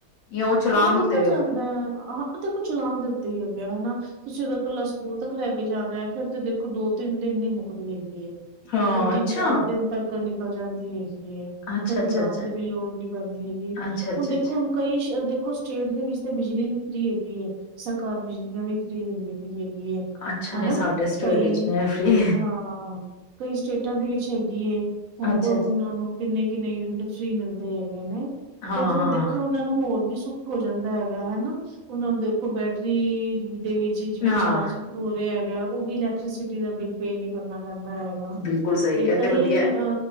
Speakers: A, on the left; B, on the right.
A: ਜਾਂ ਉਹ ਚਲਾਨ
B: ਹਾਂ ਨਿਕਲ
A: ਉੱਤੇ ਵੀ
B: ਜਾਂਦਾ
A: ਹਮ
B: ਹੈ, ਹਾਂ ਉਹਦੇ ਕੁ ਚਲਾਣ ਦੇ ਉੱਤੇ ਹੀ ਹੈਗਾ ਹਨਾ। ਤੁਸੀਂ ਉਦਾ ਇਕਲਾ ਸਕੂਲ ਤੱਕ ਲੈ ਕੇ ਜਾਣਾ ਹੈ, ਫਿਰ ਤਾਂ ਤੇ ਦੇਖੋ ਦੋ ਤਿੰਨ ਦਿਨ ਨੀ ਮੁੱਕਦੀ ਹੈਗੀ ਐ।
A: ਹਾਂ
B: ਤੇ ਤਿੰਨ
A: ਅੱਛਾ
B: ਚਾਰ ਦਿਨ ਤੱਕ ਨੀ ਨਿਕਲ ਜਾਂਦੀ ਏ। ਫਿਰ
A: ਅੱਛਾ
B: ਤੇ
A: ਅੱਛਾ
B: ਲਾਣ
A: ਅੱਛਾ
B: ਦੀ ਵੀ ਲੋੜ ਨੀ ਪੈਂਦੀ ਹੈਗੀ,
A: ਅੱਛਾ ਅੱਛਾ
B: ਹੁਣ ਦੇਖੋ
A: ਅੱਛਾ
B: ਹੁਣ ਕਈ ਦੇਖੋ, ਸਟੇਟ ਦੇ ਵਿੱਚ ਤਾਂ ਬਿਜਲੀ ਵੀ ਫਰੀ ਹੈਗੀ ਹੈ, ਸਰਕਾਰ ਬਿਜਲੀਆਂ ਵੀ ਫਰੀ ਦਿੰਦੀ ਪਈ ਹੈ।
A: ਅੱਛਾ
B: ਹੈਨਾ,
A: ਨਹੀਂ ਸਾਡੇ ਸਟੇਟ
B: ਕਈ
A: ਵਿੱਚ ਨੇ ਫ੍ਰੀ
B: ਹਾਂ ਕਈ ਸਟੇਟਾਂ ਦੇ ਵਿੱਚ ਹੈਗੀ ਹੈ
A: ਅੱਛਾ
B: ਹੁਣ ਕੋਈ
A: ਅੱਛਾ
B: ਉਹਨਾਂ ਨੂੰ ਕਿੰਨੇ-ਕਿੰਨੇ ਯੂਨਿਟ ਫ੍ਰੀ ਮਿਲਦੇ ਹੈਗੇ ਨੇ,
A: ਹਾਂ
B: ਤੇ ਫੇਰ
A: ਹਾਂ
B: ਦੇਖਿਓ, ਉਹਨਾਂ ਨੂੰ ਹੋਰ ਵੀ ਸੁ ਜਾਂਦਾ ਹੈਗਾ ਹੈਨਾ, ਉਹਨਾਂ ਦੇਖੋ ਬੈਟਰੀ ਦੇ ਵਿੱਚ ਜਿਵੇਂ ਚਾਰਜ
A: ਹਾਂ
B: ਵੀ ਹੋ ਰਿਹਾ ਹੈ। ਉਹ ਵੀ ਇਲੈਕਟ੍ਰੀਸਿਟੀ ਦਾ ਬਿਲ ਪੇ ਨੀ ਕਰਨਾਂ ਰਹਿੰਦਾ ਹੈਗਾ,
A: ਬਿਲਕੁਲ ਸਹੀ
B: ਤੇ
A: ਹੈ
B: ਕਈ
A: ਵਧੀਆ
B: ਅ